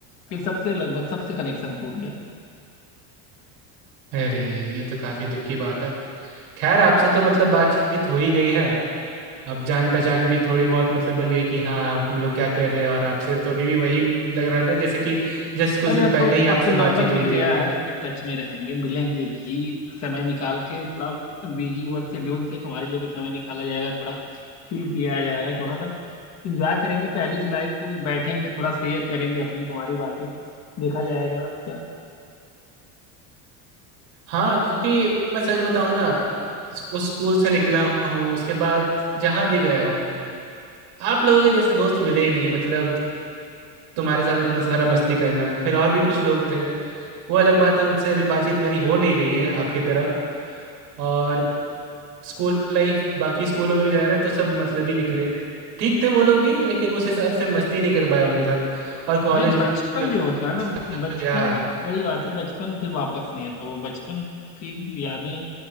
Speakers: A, on the left (about 40°); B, on the right (about 55°).
A: फिर सबसे लगभग सबसे कनेक्शन टूट गया
B: अरे ये तो काफी दुख की बात है खैर आपसे तो मतलब बातचीत हो ही गई है अब जान पहचान भी थोड़ी बहुत मतलब बन गई कि हाँ हम लोग क्या कर रहे हैं और आपसे तो अभी भी वही लग रहा है ना जैसे कि जस्ट कुछ
A: अरे
B: दिन
A: अब
B: पहले
A: तो
B: ही
A: अब
B: आपसे
A: तो नंबर
B: बातचीत
A: मिल
B: हुई
A: गया
B: थी
A: है अब तो टच में रहेंगे मिलेंगे भी समय निकाल के थोड़ा बिजी वर्क शेड्यूल से तुम्हारे लिए भी समय निकाला जाएगा थोड़ा चिल किया जाएगा थोड़ा सा इंजॉय करेंगे पहली लाइफ को बैठेंगे थोड़ा शेयर करेंगे अपनी तुम्हारी बातें देखा जाएगा और क्या
B: हाँ क्योंकि मैं सच बताऊं ना उस स्कूल से निकला हूँ उसके बाद जहाँ भी गया हूँ आप लोगों के जैसे दोस्त मिले ही नहीं मतलब तुम्हारे साथ उतना सारा मस्ती करना फिर और भी कुछ लोग थे वो अलग बात है उनसे अभी बातचीत मेरी हो नहीं रही है आपकी तरह और स्कूल लाइफ बाकी स्कूलों में भी गया ना तो सब मतलब ही निकले ठीक थे वो लोग भी लेकिन उस हिसाब से मस्ती नहीं कर पाया उनके साथ और कॉलेज
A: भाई
B: में
A: बचपन जो होता है ना
B: तो
A: बचपन
B: यार
A: वही बात है बचपन फिर वापस नहीं आता वो बचपन की यादें